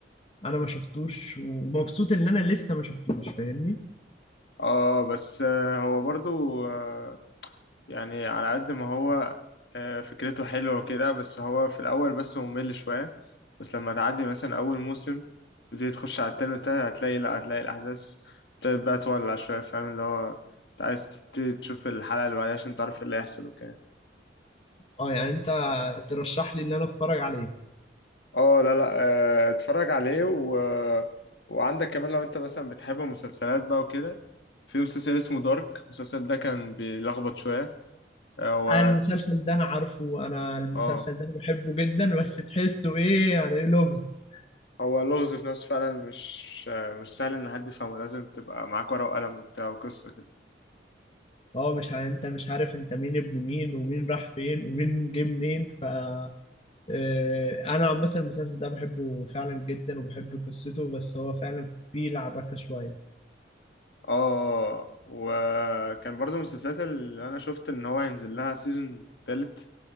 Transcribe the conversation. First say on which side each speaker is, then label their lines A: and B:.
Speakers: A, on the left (about 35°); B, on the left (about 70°).
A: انا ما شفتوش ومبسوط ان انا لسه ما شفتوش فاهمني
B: اه بس آه، هو برضو آه، يعني على قد ما هو آه، فكرته حلوة وكده بس هو في الأول بس ممل شوية بس لما تعدي مثلا أول موسم تبتدي تخش على التاني والتالت هتلاقي لأ هتلاقي الأحداث ابتدت بقى تولع شوية فاهم اللي هو أنت عايز تبتدي تشوف الحلقة اللي بعدها عشان تعرف إيه اللي هيحصل وكده
A: اه يعني انت ترشح لي ان انا اتفرج عليه
B: اه لا لا آه، اتفرج عليه و... وعندك كمان لو انت مثلا بتحب المسلسلات بقى وكده في مسلسل اسمه دارك المسلسل ده كان بيلخبط شوية هو
A: آه، المسلسل ده انا عارفه انا المسلسل
B: اه
A: ده انا بحبه جدا بس تحسه ايه يعني إيه، لغز
B: هو اللغز في نفسه فعلا مش مش سهل ان حد يفهمه لازم تبقى معاك ورقة وقلم وبتاع وقصة كده
A: اه مش ع- انت مش عارف انت مين ابن مين ومين راح فين ومين جه منين ف آه، انا عامة المسلسل ده بحبه فعلا جدا وبحب قصته بس هو فعلا فيه لعبكة شوية
B: اه وكان برضو من السلسلات اللي انا شفت ان هو هينزل لها سيزون تالت